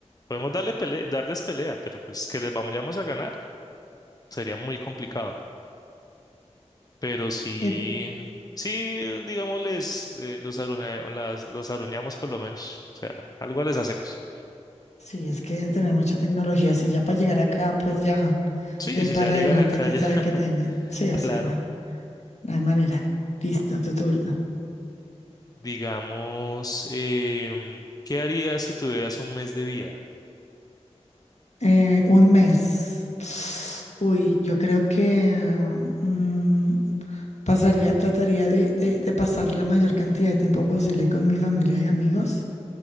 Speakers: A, on the left; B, on the left.
A: podemos darle pele- darles pelea, pero pues que les vamos, a ganar. Sería muy complicado. Pero sí,
B: Eh,
A: sí, digamos, les, eh, los, aruña- o las- los aruñamos por lo menos. O sea, algo les hacemos.
B: sí, es que deben tener mucha tecnología. Sí, ya para llegar acá, pues ya
A: Sí,
B: de ahí
A: si
B: para
A: ya llegan
B: adelante,
A: acá,
B: quién
A: ya,
B: sabe
A: <laughs>
B: qué tengan. Sí,
A: claro.
B: o sea, no, no hay manera. Listo, tu turno.
A: Digamos, em, ¿qué harías si tuvieras un mes de vida?
B: Eh, un mes. Uy, yo creo que mm, pasaría, trataría de, de- de pasar la mayor cantidad de tiempo posible con mi familia y amigos.